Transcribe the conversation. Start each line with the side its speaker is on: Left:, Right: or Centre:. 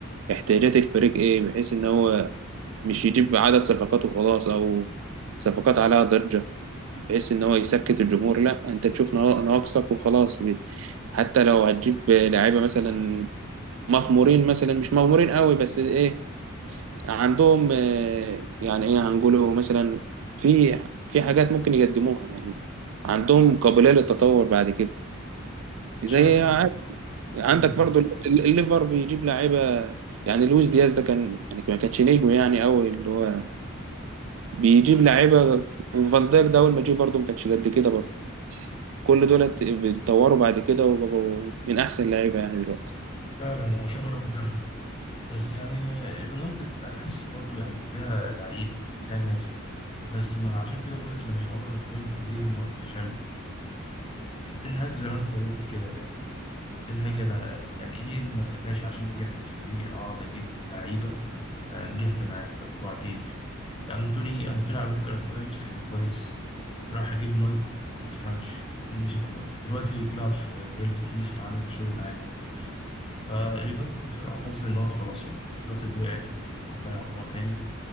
Right: احتياجات الفريق ايه بحيث ان هو مش يجيب عدد صفقات وخلاص او صفقات عليها ضجه بحيث ان هو يسكت الجمهور لا انت تشوف نوا- نواقصك وخلاص ب- حتى لو هتجيب لعيبه مثلا مغمورين مثلا مش مغمورين قوي بس ايه عندهم آه، يعني ايه هنقوله مثلا في في حاجات ممكن يقدموها يعني عندهم قابليه للتطور بعد كده زي
Left: شايف
Right: عادي.
Left: ان
Right: عندك
Left: ايوه فعلا
Right: برضو ال- ال- الليفر بيجيب لعيبه يعني لويس دياز ده كان يعني ما كانش نجم يعني قوي اللي هو بيجيب لعيبه وفان دايك ده اول ما جه برضه ما كانش قد كده برضه كل دولت اتطوروا بعد كده وبقوا من احسن لعيبه يعني دلوقتي
Left: فعلا هو شغله مدرب بس يعني اليونايتد انا حاسس برضو يعني فيها لعيبه فيها ناس بس ما عشان كده بقول لك انا مش عمري ما فهمت ليه هم بيفشلوا تنهاج زي ما انت قلت كده يعني تنهاج انا يعني ايه انك ماشي عشان نجحت الفريق اقعد اجيب لعيبه آه، نجحت معاه طب وبعدين يعني انتوني انتوني على فكره في اياكس كان كويس راح اجيب يونايتد ما تفهمش نسي كوره دلوقتي بيلعب في ريال بيتيس عامل شغل عالي فاليونايتد كفرقة حاسس إن هو خلاص يعني يونايتد وقعت ومش هيقوم لها عمرها تاني